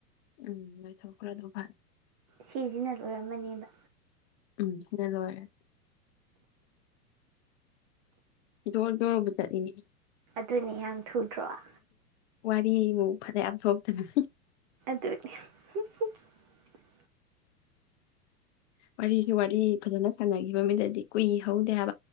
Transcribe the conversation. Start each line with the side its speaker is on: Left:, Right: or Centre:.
Left: ꯎꯝ ꯅꯣꯏ ꯊ ꯈꯔ ꯑꯗꯨ ꯐꯜ
Right: ꯁꯤꯁꯤꯅ ꯂꯣꯏꯔꯝꯃꯅꯦꯕ
Left: ꯎꯝ ꯁꯤꯅ ꯂꯣꯏꯔꯦ ꯖꯣ ꯖꯣꯔꯕꯨꯖꯥꯗꯅꯤ
Right: ꯑꯗꯨꯅꯤꯌꯥ ꯊꯨꯗ꯭ꯔ
Left: ꯗꯤꯃꯨꯛ ꯐꯅꯌꯥꯝ ꯊꯣꯛꯇꯅ
Right: <unintelligible>
Left: ꯋꯥꯔꯤꯒꯤ ꯋꯥꯔꯤ ꯐꯖꯅ ꯁꯥꯟꯅꯈꯤꯕ ꯃꯃꯤꯗꯗꯤ ꯀꯨꯏ ꯍꯧꯗꯦ ꯍꯥꯏ